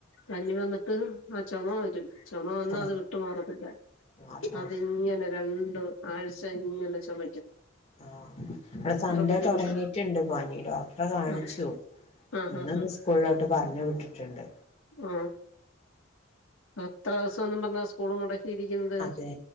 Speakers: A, on the left; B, on the left.
A: പനി വന്ന് ട്ട് ആഹ് ചുമ വരും. ചുമ വന്നാ
B: ആ
A: അത് വിട്ടുമാറത്തില്ല.
B: മാറി ആ
A: അതിങ്ങനെ രണ്ട് ആഴ്ച ഇങ്ങനെ ചുമ
B: ആ അല്ല സൺഡേ
A: ബുദ്ധിമുട്ടാ
B: തുടങ്ങിട്ടുണ്ട് പാനി ഡോക്ടറെ കാണിച്ചു
A: ആ ആ
B: ഇന്ന്ന്ന്
A: ആ
B: സ്കൂളിലോട്ട് പറഞ്ഞ വിട്ടിട്ടുണ്ട്.
A: ആ എത്ര ദിവസം ഒന്നും പറഞ്ഞ സ്കൂള മുടക്കിയിരിക്കുന്നത്
B: അതെ